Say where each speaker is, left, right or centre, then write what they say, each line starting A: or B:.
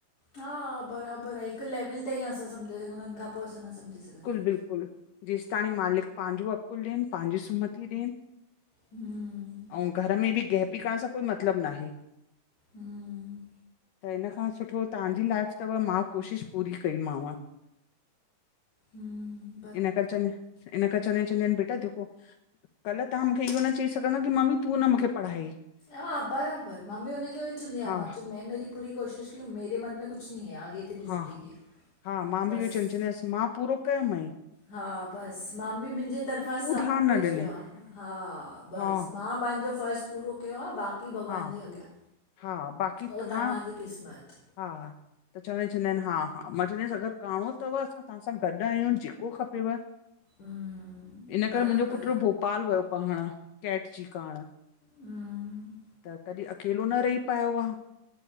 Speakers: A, on the left (about 60°); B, on the left (about 75°).
A: हा, बराबर आ हिक लेविल ताईं असां सम्झाए सघंदा आयूं हुनखां पो असां न सम्झी सघंदा आहिन।
B: बिल्कुल, जेस तांणी मालिक पांजो अकुल ॾेन पांजी सुमती ॾेन।
A: हम्म
B: अऊं घर में बि गहपी करण सां कोई मतलब नाहे।
A: हम्म।
B: त हिन खां सुठो तहांजी लाइफ तव, मां कोशिश पूरी कईमांव।
A: हम।
B: इन करे चवंदी आइन इन करे चेंदी आइन चेंदी आइन बेटा देखो कल तहां मूंखे इयो न चई सघंदव कि मम्मी तूं न मूंखे पढ़ायई।
A: हा बराबर, मां बि हुनखे उओ ई चंदी आयां
B: हा
A: मां चयो मैं मेरी पूरी कोशिश की मेरे मन में कुछ नहीं है आगे तेरी
B: हा,
A: ज़िंदगी है
B: हा, मां
A: बसि
B: बि इहो ई चईंदीआस चईंदीआस मां पूरो कयोमांए।
A: हा, बस मां बि मुंजी तरफ़ां
B: तूं
A: सभ
B: ध्यानु
A: कुछ
B: न ॾिनई
A: कयो आ, हा, बस
B: हा
A: मां पांजो फर्ज़ पूरो कयो आ, बाक़ी भॻवान
B: हा
A: जे अॻियां
B: हा, बाक़ी तहां
A: उहो तव्हांजी क़िस्मत
B: हा त चवंदा चवंदा आहिन हा, हा, मां चवंदीआंस अगर करणो तव त असां तहां सां गॾ आयूं जेको खपेव
A: हम्म,
B: इन
A: बराबरि
B: करे मुंजो पुट्र
A: आहे
B: भोप पाल वियो पढ़ण कैट जी करण
A: हम्म,
B: त कॾी अके अकेलो न रही पायो आ,